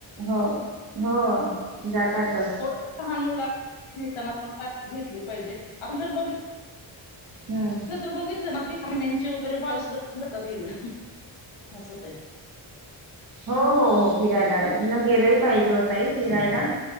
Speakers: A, on the right; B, on the left.
A: हो हो. जातातच
B: थोड लहान मुत लांना <unintelligible> घेतली पाहिजेण ब
A: हम्म.
B: तर बघितलं <inaudible> वगैरे बाळ सुधा जातात एक असं होतंय.
A: हो हो हो फिरायला न गेलंही पाहिजे हो ताई फिरायला.